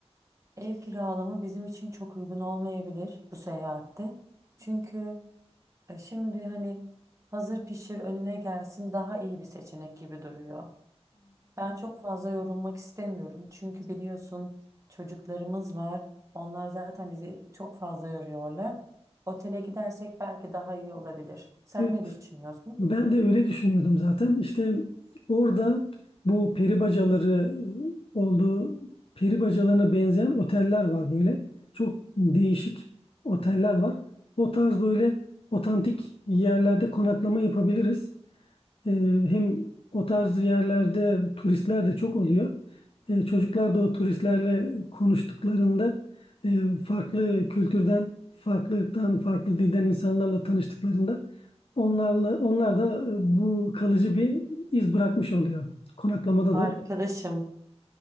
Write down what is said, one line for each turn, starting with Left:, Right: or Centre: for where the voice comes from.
Right: Ev kiralama bizim için çok uygun olmayabilir bu seyahatte. Çünkü e, şimdi hani hazır pişir önüne gelsin daha iyi bir seçenek gibi duruyor. Ben çok fazla yorulmak istemiyorum. Çünkü biliyorsun çocuklarımız var. Onlar zaten bizi çok fazla yoruyorlar. Otele gidersek belki daha iyi olabilir. Sen
Left: evet,
Right: ne düşünüyorsun?
Left: ben de öyle düşünüyordum zaten. İşte orada bu peri bacaları e, olduğu peri bacalarına benzeyen oteller var böyle. Çok değişik oteller var. O tarz böyle otantik yerlerde konaklama yapabiliriz. E, hem o tarz yerlerde turistler de çok oluyor. E, çocuklar da o turistlerle konuştuklarında e, farklı kültürden, farklılıktan, farklı dilden insanlarla tanıştıklarında onlarla onlar da e, bu kalıcı bir iz bırakmış oluyor. Konaklamada
Right: Arkadaşım
Left: da